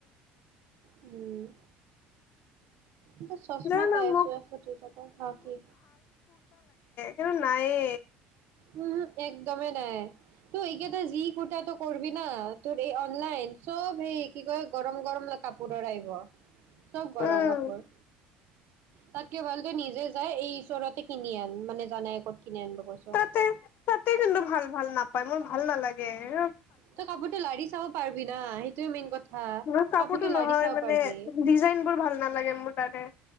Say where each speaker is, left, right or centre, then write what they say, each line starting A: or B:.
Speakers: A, on the right (about 60°); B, on the left (about 50°).
A: উম' এটা চশমা
B: জানো
A: পাই আছো
B: মোক
A: এশ দুই টকা, হা কি
B: এনেও নাই এ
A: উহু একদমেই নাই, তই এইকেইটা যি কুৰ্তা টো কৰিবি না তোৰ এই অনলাইন চব সেই কি কয় গৰম গৰম কাপোৰৰ আহিব। চব গৰম
B: উম
A: কাপোৰ। তাত কি ভাল তই নিজে যাই এই ওচৰতে কিনি আন মানে জানাই কত কিনি আনিব কৈছো।
B: তা তাতে কিন্তু ভাল ভাল নাপায় মোৰ ভাল নালাগে হ
A: তই কাপোৰটো লাৰি চাব পাৰবি বিনা, সেইটোয়ে মেইন কথা।
B: মই কাপোৰটো নহয়
A: লাৰি চাব
B: মানে
A: পাৰবি
B: ডিজাইন বোৰ ভাল নালাগে মোৰ তাতে।